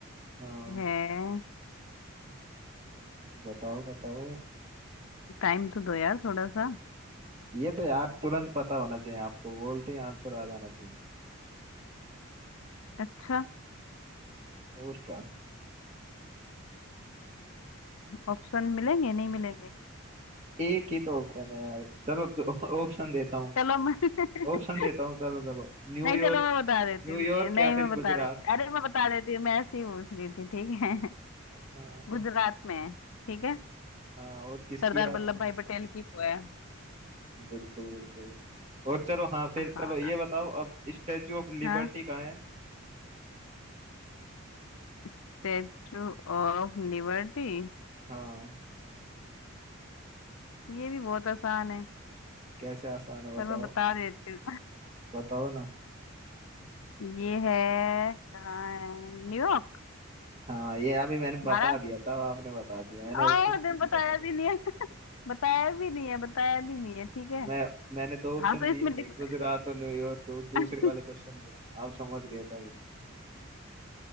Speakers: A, on the right; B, on the left.
A: हाँ
B: है
A: बताओ बताओ
B: टाइम तो दो यार थोड़ा सा
A: ये तो यार तुरंत पता होना चाहिए आपको बोलते ही आंसर आ जाना चाहिए
B: अच्छा
A: और क्या
B: ऑप्शन मिलेंगे नहीं मिलेंगे
A: एक ही तो ऑप्शन है यार चलो तो <laughs> ऑप्शन देता हूँ
B: चलो मैं <laughs>
A: ऑप्शन देता हूँ चलो चलो न्यूयॉर्क
B: नहीं चलो मैं बता देती
A: न्यूयॉर्क
B: हूँ ए, नहीं
A: या फिर
B: मैं बता
A: गुजरात
B: देती अरे मैं बता देती हूँ मैं ऐसे ही पूछ रही थी ठीक है
A: हाँ
B: गुजरात में है ठीक है
A: हाँ और किसकी
B: सरदार
A: याद
B: वल्लभ
A: है?
B: भाई पटेल की वो है
A: बिल्कुल बिल्कुल और चलो हाँ फिर
B: हाँ
A: चलो ये बताओ अब स्टेचू ऑफ लिबर्टी
B: हाँ
A: कहाँ है
B: स्टेचू ऑफ लिबर्टी
A: हाँ
B: ये भी बहुत आसान है
A: कैसे आसान है बताओ
B: पर मैं बता देती
A: बताओ ना
B: हूँ <laughs> ये है कहाँ है न्यूयॉर्क
A: हाँ ये अभी मैंने बता
B: महाराष्ट्र
A: दिया था आपने बता दिया मैंने ऑप्शन
B: ओ
A: दे
B: तुमने
A: दिया
B: बताया
A: था
B: भी नहीं है <laughs> बताया भी नहीं है बताया भी नहीं है ठीक है
A: मैं मैंने दो ऑप्शन
B: हाँ तो
A: दिए
B: इसमें डिफ-
A: थे गुजरात और न्यूयॉर्क वो दूसरे
B: <laughs>
A: वाले क्वेश्चन के लिए आप समझ गए थे अभी